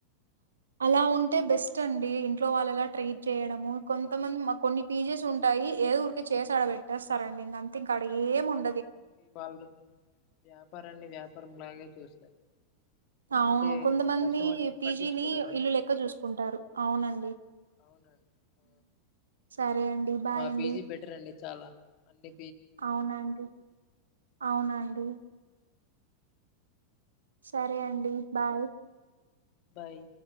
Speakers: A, on the right; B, on the left.
A: అలా ఉంటే బెస్ట్ అండి. ఇంట్లో వాళ్ళలా ట్రీట్ చేయడము. కొంతమంది కొన్ని పీజీస్ ఉంటాయి. ఏదో ఊరికే చేసి అడ పెట్టేస్తారండి. ఇంకంతే ఇంకా అడ ఏం ఉం
B: <inaudible> పండ్లు వ్యాపారాన్ని వ్యాపారం లాగే చూస్తారు.
A: అవును
B: అంటే
A: కొంతమంది
B: కస్టమర్స్ ని
A: పీజీని
B: పట్టించుకోరండి
A: ఇల్లు లెక్క చూసుకుంటారు. అవునండి.
B: అవునండి ఆ,
A: సరే అండి బాయ్
B: మా
A: అండి.
B: పీజీ బెటర్ అండి చాలా అండి.
A: అవునండి అవునండి సరే అండి బాయ్.
B: బాయ్